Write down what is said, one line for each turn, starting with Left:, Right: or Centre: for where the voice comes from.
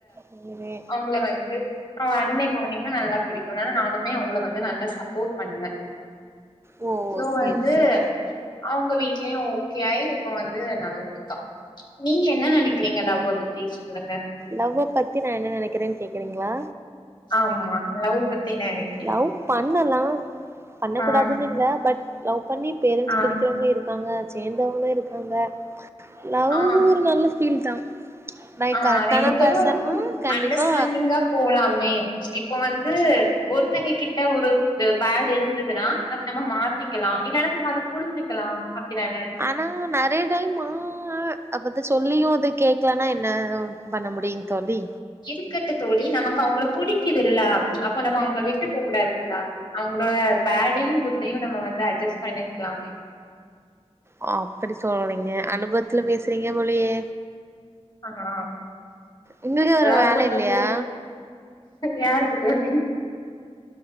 Right: சரி
Left: அவுங்கள வந்து அவன் அண்ணே பாண்டிங்க நல்லா புடிக்கும் அதனால நானுமே அவுங்கள வந்து நல்லா சப்போர்ட் பண்ணுவேன்
Right: ஓ
Left: சோ
Right: சரி
Left: வந்து
Right: சரி
Left: அவுங்க வீட்லயும் ஓகே ஆயி இப்போ வந்து நல்லா இருக்கா நீங்க என்ன நனைக்கிறீங்க லவ்வ பத்தி சொல்லுங்க
Right: லவ்வ பத்தி நா என்ன நனைக்கிறேன் கேக்குறீங்களா
Left: ஆமா லவ் பத்தி நனைக்
Right: லவ் பண்ணலாம் பண்ண
Left: ஆ
Right: கூடாதுன்னு இல்ல பட் லவ் பண்ணி பேரண்ட்ஸ்
Left: ஆ
Right: பிரிக்கிறவங்க இருக் காங்க சேந்தவங்களும் இருக்காங்க ல
Left: ஆ
Right: நல்ல ஃபீல் தான் லைக்
Left: ஆ
Right: கரெக்டானா
Left: ரெண்டு பேரும்
Right: பர்சனா கண்டிப்பா
Left: அண்டர்ஸ்டாண்டிங்கா போலாமே இப்போ வந்து ஒருத்தங்க கிட்ட ஒரு இது பேட் இருந்ததுன்னா அது நம்ம மாத் திக்கலாம் இல்லனா இந்த புரிஞ்சுக்கலாம் அப்டிதான
Right: நா நறைய டைம் மா அ அப் அத சொல்லியு இது கேக்கலனா என்ன பண்ண முடியும் தோழி
Left: இருக்கட்டு தோழி நமக்கு அவங்கள புடிக்குதுல்ல அப்ப நம்ம அவங்கள விட்டு போ கூடாதுல்ல அவங்களோட பேடையு குட்டையு நம்ம வந்து அட்ஜஸ்ட் பண்ணிக்கலாமே
Right: ஓ அப்டி சொல்றீங்க அனுபவத்துல பேசுறீங்க போலயே
Left: ஆனா
Right: உங்களுக்கு வேற
Left: லவ்
Right: வேல
Left: பன்னம்
Right: இல்லையா
Left: போது யாருக்கு தோழி